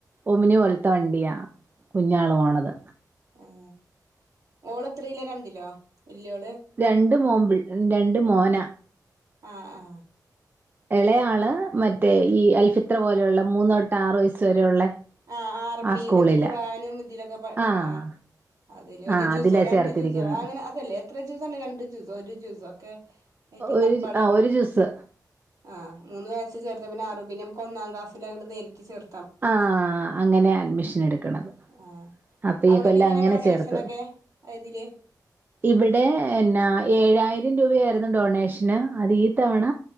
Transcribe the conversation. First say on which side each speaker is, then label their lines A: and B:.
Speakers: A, on the right; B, on the right.
A: ഒമിനി പോലത്തെ വണ്ടിയാ കുഞ്ഞാള് പോണത്
B: ഉം ഓള് എത്രയില രണ്ടിലോ വല്യോള്
A: രണ്ട് മോമ്പിൾ രണ്ട് മോന
B: ആ ആ
A: ഇളയാള് മറ്റേ ഈ അൽഫിത്ര പോലെയുള്ള മൂന്നൊട്ട് ആറ് വയസ്സ് വരെയുള്ള
B: ആ അറബി
A: ആ സ്കൂളിലാ
B: എന്താ ഖുറആനും ഇതിലൊക്കെ
A: ആഹ്
B: ആ അതില് ഒരു
A: ആഹ്
B: ജൂസോ
A: അതിലാ
B: രണ്ട്
A: ചേർത്തിരിക്കുന്നത്
B: ജൂസോ അങ്ങനെ അതല്ലേ എത്ര ജൂസ് ആണ് രണ്ട് ജൂസോ ഒരു ജൂസോ ഒക്കെ അയ്റ്റ
A: ഒരു
B: മനപ്പാടാക്കി
A: ആഹ് ഒരു ജുസ്
B: ആ മൂന്ന് വയസ് ചേർത്ത പിന്നെ ആറ് പിന്നെ നമുക്ക് ഒന്നാം ക്‌ളാസില് അങ്ങട്ട് നേരിട്ട് ചേർ
A: ആ അങ്ങനെ അഡ്മിഷൻ എടുക്കണത്
B: ആഹ്
A: അപ്പൊ
B: അവിടൊക്കെ
A: ഈ കൊല്ലം
B: എങ്ങനെ
A: അങ്ങനെ
B: ഡൊണേഷനൊക്കെ
A: ചേർത്തു
B: ഇതില്
A: ഇവിടെ എന്നാ ഏഴ് ആയിരം രൂപയായിരുന്നു ഡൊണേഷന് അത് ഈ തവണ